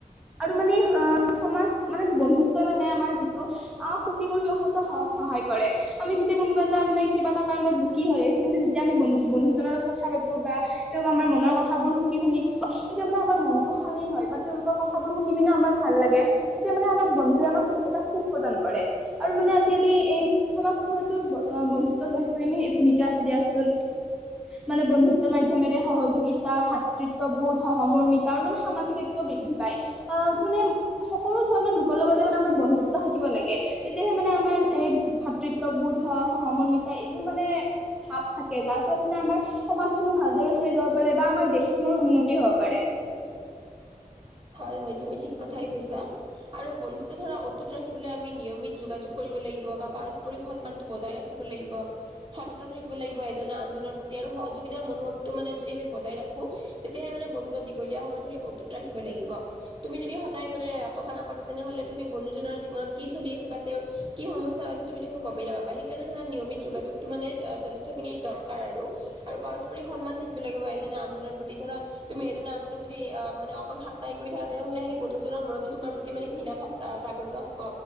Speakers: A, in the centre; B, on the right (about 40°).
A: আৰু মানে আ সমাজ মানে বন্ধুত্বই মানে আমাৰ যিটো আমাক সুখী কৰি দিয়া হটো স সহায় কৰে। আমি যেতিয়া কোনোবা এটা মানে কিবা এটা কাৰণত দুখী হৈ আছো কিন্তু তেতিয়া আমি ব বন্ধুজনৰ লগত কথা পাতো বা তেওঁক আমাৰ মনৰ কথাবোৰ শুনি - শুনি পা তেতিয়া মানে আমাৰ মনটো খালী হয় বা তেওঁলোকৰ কথ থাবোৰ শুনি পিনে আমাৰ ভাল লাগে তেতিয়া মানে আমাৰ বন্ধুৱে আমাক সু এটা সুখ প্ৰদান কৰে। আৰু মানে আজিকালি এই সমাজ <inaudible> কততো বন্ধুত্ব <inaudible> ভূমিকা আছিল দিয়াচোন। মানে বন্ধুত্ব মাই মাধ্যমেৰে সহযোগিতা, ভাতৃত্ববোধ, সহৰ্মিতা আৰু মানে সামাজিকত্য বৃদ্ধি পায়। অ মানে সকলো ধৰণৰ লোকৰ লগতে মানে আমাৰ বন্ধুত্ব থাকিব লাগে এতিয়াহে মানে আমাৰ এই ভাতৃত্ববোধ সহমৰ্মিতা এইবোৰ মানে ভাৱ থাকে যাৰ ফলত মানে আমাৰ সমাজো ভালদৰে চৰি যাব পাৰে বা আাৰ দেশখনৰ উন্নতি হব পাৰে
B: হয় হয় তুমি ঠিক কথাই কৈছা আৰু বন্ধুত ধৰা অতটুট ৰাখিবলৈ আমি নিয়মিত যোগাযোগ কৰিব লাগিব বা পাৰস্পৰিক সন্মানতটো বজাই ৰাখিব ৰাখিব লাগিব সততা থাকিব লাগিব এজ আনজনৰ প্ৰতি আৰু সহযোগিতাৰ মনোভাৱটো মানে যদি আমি বজাই ৰাখো তেতিয়াহে মানে বন্ধুক দীঘলীয়া সময় ধৰি অটুত ৰাখিব লাগিব তুমি যদি সদায় মানে কথা নাপাতে তেনেহলে তুমি বন্ধুজনৰ জীৱনত কি চলি আছে বা তেওঁ কি সমস্যা হৈছে তুমি দেখোন গমেই নাপাবা সেইকাৰণে ধৰা নিয়মিত যোগাযোগটো মানে যথেষ্টখিনি দৰকাৰ আৰু। আৰু পাৰস্পৰিক সন্মান থাকিব লাগিব এজনে আনজনৰ প্ৰতি ধৰা তুমি এজনে আনজনক যদি আহ মানে অকল ঠাট্টাই কৰি থকা তেনেহলে সেই বন্ধুজনৰ মনতো তোমাৰ প্ৰতি মানে ঘীনা ভাৱ জাগ্ৰত হব।